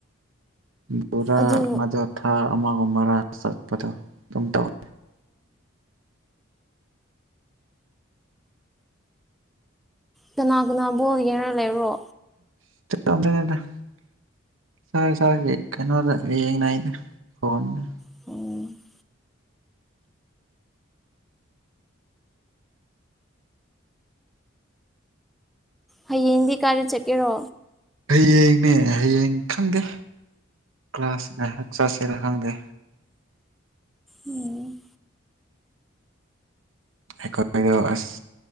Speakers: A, on the right; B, in the centre.
A: ꯕꯣꯔꯥ
B: ꯑꯗꯨ
A: ꯑꯃꯗꯨ ꯊꯥ ꯑꯃꯒꯨꯝꯕꯔꯥ ꯆꯠꯄꯗꯣ ꯑꯗꯨꯝ ꯇꯧꯋꯦ
B: ꯀꯅꯥ ꯀꯅꯥ ꯕꯣꯜ ꯌꯦꯡꯉ ꯂꯩꯕ꯭ꯔꯣ
A: <unintelligible> ꯐꯣꯟ
B: ꯑꯣ ꯍꯌꯦꯡꯗꯤ ꯀꯥꯏꯗ ꯆꯠꯀꯦꯔꯣ
A: ꯍꯌꯦꯡꯅꯦ ꯍꯌꯦꯡ ꯈꯪꯗꯦ ꯀ꯭ꯂꯥꯁ ꯉꯥꯏꯍꯥꯛ ꯆꯠꯁꯤꯔꯥ ꯈꯪꯗꯦ
B: ꯎꯝ
A: ꯑꯩꯈꯣꯏꯗꯣ ꯑꯁ